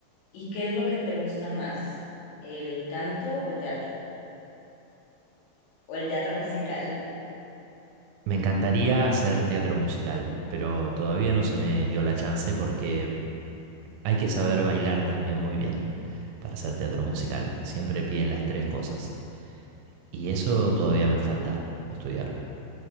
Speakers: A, on the left; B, on the right.
A: qué es lo que te gusta más? ¿El canto o el teatro? ¿O el teatro musical? <laughs>
B: Me encantaría hacer teatro musical, pero todavía no se me dio la chance porque Hay que saber bailar también muy bien para hacer teatro musical. Siempre piden las tres cosas. Y eso todavía me falta estudiar.